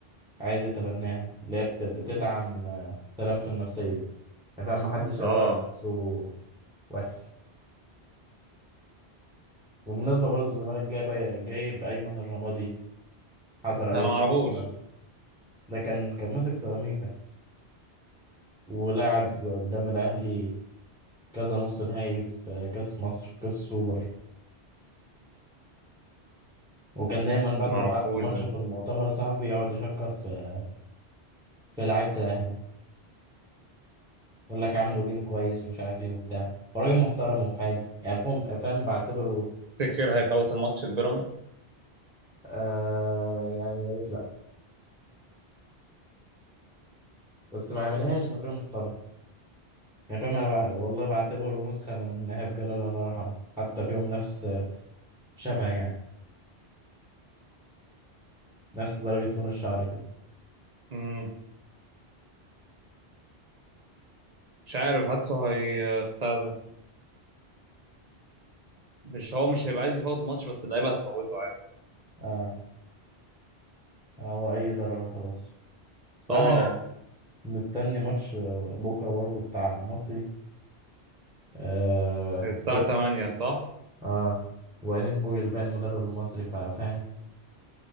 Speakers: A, in the centre; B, on the right.
A: عايز يتبناها اللي هي بت- بتدعم سلامته النفسية يعني فاهم محدش
B: اه
A: هيقول على نفسه وحش وبالمناسبة برضو الزمالك جايب جايب أيمن الرمادي حضر أول
B: انا ما اعرفوش
A: النهارده ده كان كان ماسك سيراميكا ولعب قدام الأهلي كذا نص نهائي في كأس مصر كأس سوبر وكان دايما بعد
B: ما
A: بعد
B: اعرفوش
A: الماتش
B: ده
A: في المؤتمر الصحفي يقعد يشكر في في لعيبة الأهلي يقول لك عملوا جيم كويس ومش عارف ايه وبتاع وراجل محترم وفي حاله يعني فاهم فاهم بعتبره
B: تفتكر هيفوت الماتش البيراميد
A: آه يعني يا ريت لا بس ما يعملهاش ده راجل محترم يعني فاهم انا بع... والله بعتبره نسخة من إيهاب جلال الله يرحمه حتى فيهم نفس شبه يعني نفس درجة لون الشعر كده
B: امم مش عارف حاسه هي بتاع ده مش هو مش هيبقى عايز يفوت الماتش بس اللعيبه هتفوته عادي
A: اه هو اي ضرر وخلاص صح
B: اه
A: مستني ماتش آه، بكرة برضه بتاع المصري آه
B: الساعه
A: ضد
B: 8 صح
A: اه وأنيس بوجلبان مدرب المصري فاهم